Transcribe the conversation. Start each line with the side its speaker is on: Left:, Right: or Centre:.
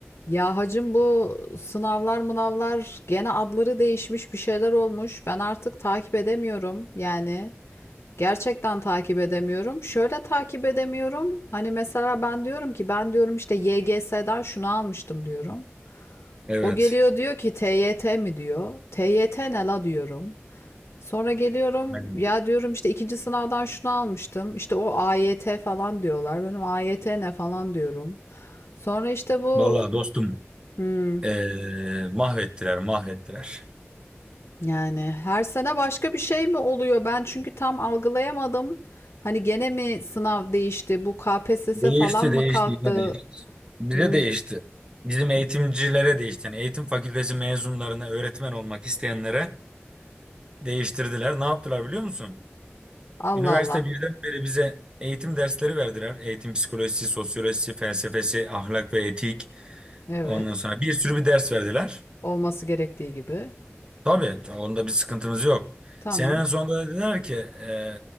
Left: Ya hacım bu sınavlar mınavlar gene adları değişmiş bir şeyler olmuş. Ben artık takip edemiyorum yani. Gerçekten takip edemiyorum. Şöyle takip edemiyorum. Hani mesela ben diyorum ki ben diyorum işte YGS'den şunu almıştım diyorum.
Right: Evet.
Left: O geliyor diyor ki TYT mi diyor. TYT ne la diyorum. Sonra geliyorum
Right: Aynen.
Left: ya diyorum işte ikinci sınavdan şunu almıştım. İşte o AYT falan diyorlar. Benim AYT ne falan diyorum. Sonra işte bu
Right: Vallahi dostum
Left: Hmm.
Right: eee, mahvettiler mahvettiler.
Left: Yani her sene başka bir şey mi oluyor? Ben çünkü tam algılayamadım. Hani gene mi sınav değişti? Bu KPSS
Right: Değişti
Left: falan mı
Right: değişti
Left: kalktı?
Right: yine değişti. Bize
Left: Hmm,
Right: değişti. Bizim eğitimcilere değişti. Yani eğitim fakültesi mezunlarına öğretmen olmak isteyenlere değiştirdiler. Ne yaptılar biliyor musun?
Left: Allah
Right: Üniversite
Left: Allah.
Right: birden beri bize eğitim dersleri verdiler. Eğitim psikolojisi, sosyolojisi, felsefesi, ahlak ve etik.
Left: Evet.
Right: Ondan sonra bir sürü bir ders verdiler.
Left: Olması gerektiği gibi.
Right: Tabii ta- onda bir sıkıntımız yok.
Left: Tamam.
Right: Senenin sonunda dediler ki e,